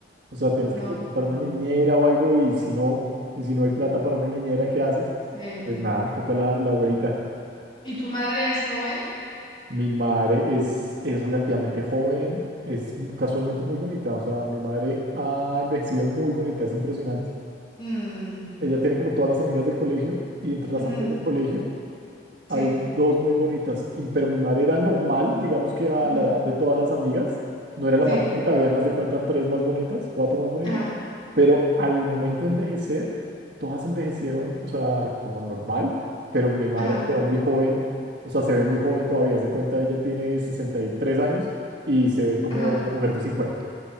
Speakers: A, on the right; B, on the left.
A: O sea, tienes
B: No,
A: que contratar
B: pues no.
A: una niñera o algo y si no, y si no hay plata para una niñera, ¿qué haces?
B: Sí.
A: Pues nada, toca la, la abuelita.
B: ¿Y tu madre es joven?
A: Mi madre es, es relativamente joven, es mu- casualmente muy bonita, o sea, mi madre ha envejecido muy bonita, es impresionante.
B: Mm,
A: Ella tiene como todas las amigas del colegio y entre las
B: ujú,
A: amigas del colegio Hay
B: Sí.
A: dos muy bonitas, y- pero mi madre era normal, digamos que a
B: ujú,
A: la edad de todas las amigas, no era la
B: Sí.
A: más bonita, habían, haz de cuenta, tres más bonitas, cuatro más bonitas,
B: Ajá.
A: pero al momento de envejecer, todas envejecieron, o sea, como normal, pero mi madre
B: Ajá.
A: quedó muy joven, o sea, se ve muy joven todavía, haz de cuenta, ella tiene 63 años y se ve como
B: Ajá.
A: una mujer de 50,